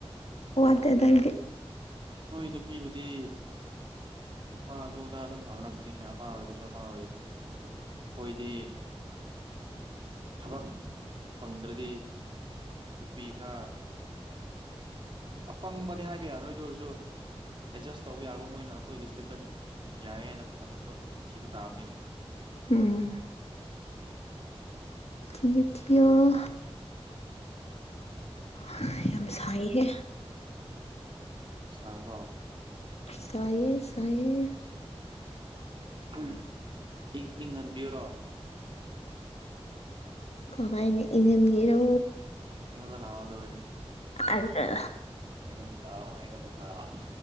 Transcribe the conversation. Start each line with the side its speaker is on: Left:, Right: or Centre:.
Left: ꯋꯥꯗꯦ ꯗꯥꯏꯝ
Right: ꯅꯣꯏ ꯅꯨꯄꯤꯕꯨꯗꯤ ꯅꯨꯄꯥ ꯑꯗꯨꯗꯥ ꯑꯗꯨꯝ ꯍꯥꯡꯔꯛꯀꯅꯤꯅꯦ ꯑꯃ ꯑꯣꯏꯔꯁꯨ ꯑꯃ ꯑꯣꯏꯔꯗꯤ ꯑꯈꯣꯏꯗꯤ ꯊꯕꯛ ꯐꯪꯗ꯭ꯔꯗꯤ ꯅꯨꯄꯤ ꯈꯔ ꯑꯄꯪꯕꯗꯤ ꯍꯥꯏꯕ ꯌꯥꯔꯣꯏꯗꯨ ꯑꯣꯏꯔꯁꯨ ꯑꯦꯗꯖꯁ ꯇꯧꯕ ꯌꯥꯕ ꯃꯣꯏꯅ ꯑꯈꯣꯏꯒꯤ ꯏꯁꯇꯦꯟꯗꯔꯠ ꯌꯥꯏ ꯑꯥꯏꯅ ꯑꯇꯣꯄ ꯊꯤꯕ ꯇꯥꯕꯅꯤꯅꯦ
Left: ꯎꯝ ꯊꯤꯌꯨ ꯊꯤꯑꯣ ꯍꯥ ꯌꯥꯝ ꯁꯥꯏꯍꯦ
Right: ꯌꯥꯝ ꯁꯥꯕ꯭ꯔꯣ
Left: ꯁꯥꯏꯌꯦ ꯁꯥꯏꯌꯦ
Right: ꯎꯝ ꯏꯪ ꯏꯪꯍꯟꯕꯤꯌꯨꯔꯣ
Left: ꯀꯃꯥꯏꯅ ꯏꯪꯍꯟꯒꯦꯔꯣ
Right: ꯑꯩꯉꯣꯟꯗ ꯂꯥꯑꯣ ꯑꯗꯨ ꯑꯣꯏꯔꯗꯤ
Left: ꯑꯔ
Right: ꯑꯩꯉꯣꯟꯗ ꯂꯥꯎ ꯑꯩꯉꯣꯟꯗ ꯂꯥꯎ